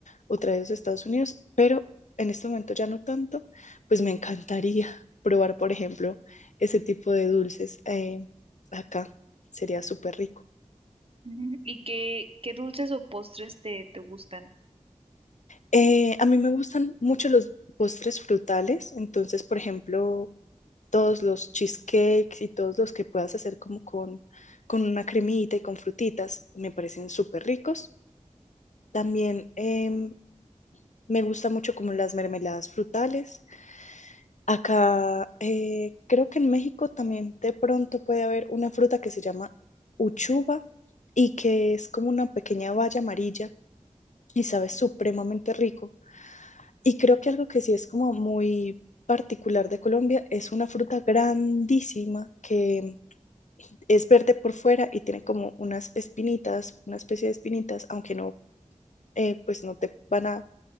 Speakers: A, on the left; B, on the right.
A: o traídos de Estados Unidos, pero en este momento ya no tanto, pues me encantaría <laughs> probar, por ejemplo, ese tipo de dulces eh, acá, sería súper rico.
B: Ujú. ¿Y qué, qué dulces o postres te, te gustan?
A: Eh, a mí me gustan mucho los postres frutales, entonces, por ejemplo, todos los cheesecakes y todos los que puedas hacer como con, con una cremita y con frutitas, me parecen súper ricos. También em, me gusta mucho como las mermeladas frutales. Acá eh, creo que en México también de pronto puede haber una fruta que se llama uchuva y que es como una pequeña baya amarilla y sabe supremamente rico. Y creo que algo que sí es como muy particular de Colombia es una fruta grandísima que es verde por fuera y tiene como unas espinitas, una especie de espinitas, aunque no, eh, pues no te van a